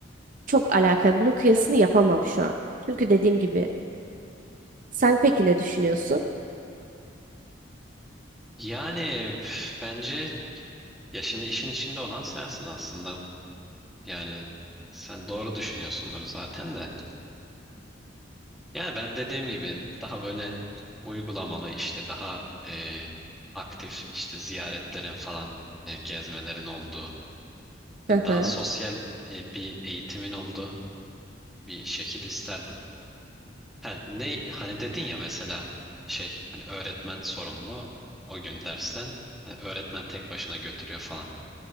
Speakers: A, on the right; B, in the centre.
A: çok alakalı. Bunun kıyasını yapamam şu an. Çünkü dediğim gibi sen peki ne düşünüyorsun?
B: Yani üf, bence ya şimdi işin içinde olan sensin aslında. Yani sen doğru düşünüyorsundur zaten de. Yani ben dediğim gibi daha böyle uygulamalı işte daha e, aktif işte ziyaretlerin falan e, gezmelerin olduğu. Yani
A: Hı
B: daha
A: hı.
B: sosyal e, bir eğitimin olduğu bir şekil isterdim. Ha, ne hani dedin ya mesela şey hani öğretmen sorumlu o gün dersten hani öğretmen tek başına götürüyor falan.